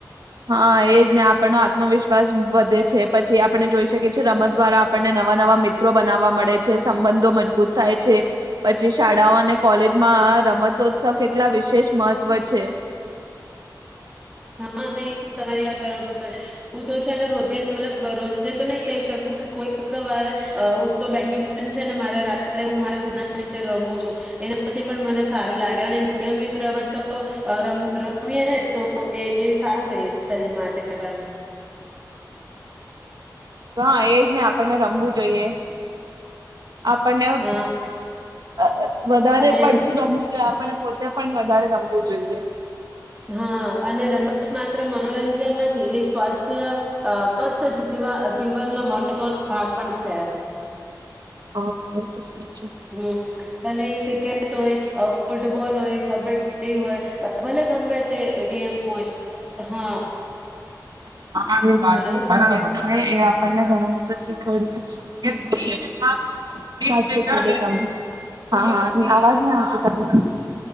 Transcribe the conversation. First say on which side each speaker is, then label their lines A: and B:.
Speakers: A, on the right; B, on the right.
A: હા એજ ને આપ નો આત્મવિશ્વાસ વધે છે પછી આપ આપણે જોઈ શકીએ છીએ રમત દ્વારા આપણને નવા નવા મિત્રો બનાવવા મળે છે, સંબંધો મજબૂત થાય છે પછી શાળાઓ અને કોલેજમાં રમત ઉત્સવ કેટલા વિશેષ મહત્વ છે.
B: હા, નહી તમારી વાત બરોબર હું તો છેને રોજ્જે મલબ રોજ્જે તો નહી કહી શકું પણ કોઈક વાર હું તો બેડમિન્ટન છે ને મારે રાત્રે હું મારા ઘરના નીચે રમું છું, એનાથી પણ મને સારું લાગે અને નિયમિત રમતો તો રમ અ રમીએ ને તો તો એ એ સારું ર સરીર માટે પણ.
A: હા, એજ ને આપણને રમવુ જોઈએ, આપણને અ
B: હા
A: વધારે
B: અને
A: પડતું રમવું જોઈએ આપણને પણ વધારે રમવું જોઈએ.
B: હા અને રમત માત્ર મનોરંજ જન નથી એ સ્વાસ્થ્ય અ સ્વસ્થ જીવા અ જીવનનો મહત્વનો ભાગ પણ છે.
A: અ <unintelligible>
B: હમ્મ ભલે ક્રિ ક્રિકેટ હોય, ફૂટબોલ હોય, કબડ્ડી ડે હોય, ભલે ગમે તે ગેમ હોય હા.
A: એ કોઈ
B: હલો
A: પણ ગેમ હોય એ આપણને ઘણું બધું શીખવાડ્યું,
B: હલો
A: <unintelligible> <unintelligible> હા હા અવાજ નાઈ આવતુ તારુ